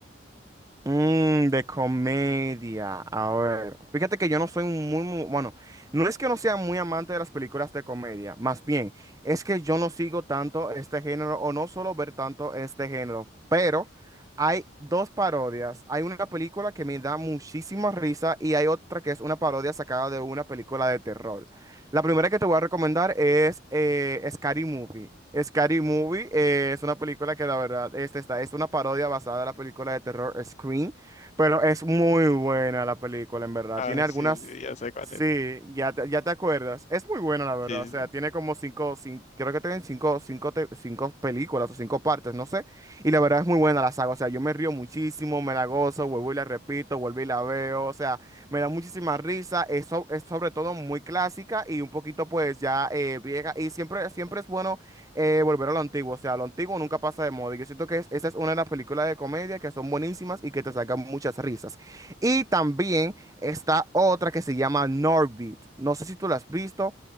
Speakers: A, on the right; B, on the left.
A: Mmm, de comedia. A ver, fíjate que yo no soy un muy, muy, bueno, no es que no sea muy amante de las películas de comedia, más bien, es que yo no sigo tanto este género o no suelo ver tanto este género, pero hay dos parodias. Hay una película que me da muchísima risa y hay otra que es una parodia sacada de una película de terror. La primera que te voy a recomendar es eh, Scary Movie. Scary Movie eh, es una película que la verdad este está, es una parodia basada en la película de terror Scream, pero es muy buena la película en verdad.
B: Ah,
A: Tiene algunas,
B: sí, sí, ya sé cuál
A: sí,
B: es.
A: ya te, ya te acuerdas. Es muy buena la verdad,
B: Sí,
A: o sea,
B: sí.
A: tiene como cinco, cin- creo que tienen cinco, cinco, te- cinco películas o cinco partes, no sé. Y la verdad es muy buena la saga, o sea, yo me río muchísimo, me la gozo, vuelvo y la repito, vuelvo y la veo, o sea. Me da muchísima risa, es, so- es sobre todo muy clásica y un poquito pues ya eh, vieja y siempre, siempre es bueno eh, volver a lo antiguo, o sea, lo antiguo nunca pasa de moda y yo siento que es, esa es una de las películas de comedia que son buenísimas y que te sacan muchas risas. Y también está otra que se llama Norbit, no sé si tú la has visto,